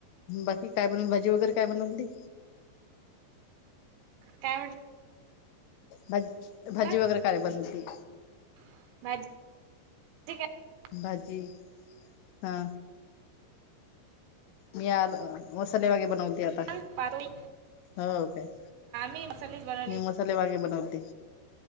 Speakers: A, on the left; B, on the right.
A: बाकी काय बनवल, भाजी वगैरे काय बनवली?
B: काय <unintelligible>
A: भज
B: म्हटलं
A: भजी वगैरे काय बनवीती?
B: <unintelligible>
A: भजी हा मी आल मसालेवागे बनवते आता
B: भात पातोळी
A: हो काय
B: <unintelligible>
A: मी मसाले वांगे बनवते.